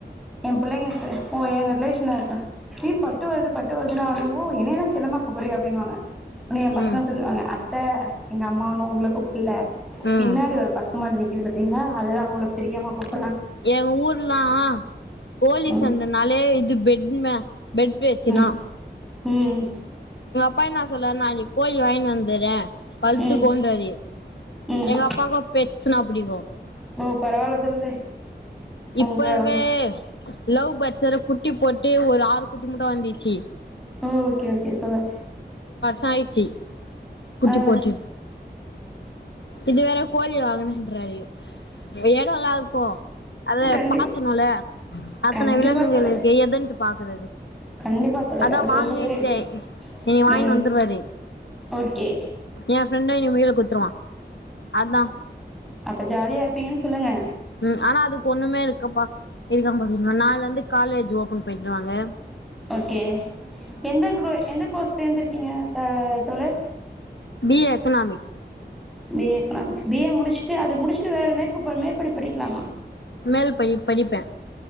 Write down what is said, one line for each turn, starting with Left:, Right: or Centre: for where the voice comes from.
Centre: என் பிள்ளைங்க ஓ எங்க ரிலேஷன் ஏய் பட்டு வருது பட்டு வருதுன்னு ஆடவும் என்னன்ன செல்லமா கூப்பிடுறியா அப்படின்னுவாங்க உன்ன என் பசங்க
Left: ம்
Centre: சொல்லுவாங்க அத்தை எங்க அம்மா ஒன்னும் உங்கள கூப்பள்ள
Left: ம்
Centre: பின்னாடி ஒரு பசுமாடு நிக்குது பா பின்ன அதுதான் அவ்ளோ பிரியமா கூப்டு
Left: எங்க ஊர்ல்லாம் கோழி
Centre: ம்
Left: சண்டைனாலே இது பெட்ம பெட் வெச்சுனா
Centre: ம் ம்
Left: பா என்ன சொல்லுவாருனா கோழி வாங்கிட்டு வந்தறேன் வளத்து
Centre: ம்
Left: கோன்றாரு
Centre: ம்
Left: எங்க அப்பாக்கு பெட்ஸ்னா புடிக்கும்
Centre: ஓ பரவாயில்ல தோழரே உங்க
Left: இப்பவே
Centre: ஓ
Left: லவ் பர்ட்ஸ் வேற குட்டி போட் டு ஒரு ஆறு குட்டி முட்டும் வந்துச்சு
Centre: ஓகே ஓகே தோழரே
Left: சாய்ச்சி குட்டி
Centre: ஆ
Left: போட்டு இது வேற கோழி வாங்கனும்ன்றாரு இதுவே நல்லாருக்கும் அத
Centre: கண்டிப்பா
Left: பாத்துனும்ல அத்தன
Centre: கண்டிப்பா
Left: விலங்குகள்
Centre: தோழரே
Left: இருக்கு எதன்ட்டு பாக்குறது
Centre: கண்டிப்பா தோழரே
Left: அதான்
Centre: அது
Left: வாங்குன்டே
Centre: ரொம்ப பெரிய விஷயம்
Left: இனி வாங்கின்னு
Centre: ம்
Left: வந்துருவாரு
Centre: ஓகே
Left: என் ஃப்ரெண்டு வெயில குத்ருவான் அதான்
Centre: அப்ப ஜாலியாருப்பீங்கன்னு சொல்லுங்க
Left: ம் ஆனா அதுக்கு ஒன்னுமே இருக்கப்பா இருக்கான்பாரு நாள்லருந்து காலேஜ் ஓபன் பண்ருவாங்க
Centre: ஓகே எந்த க்ரு எந்த கோஸ் சேந்திருக்கீங்க தோழர்
Left: B A economic
Centre: B A economics B A முடிச்ட்டு அது முடிச்சுட்டு வேற மேற்க் மேற்படிப்பு படிக்கலாமா
Left: மேல்பயி படிப்பேன்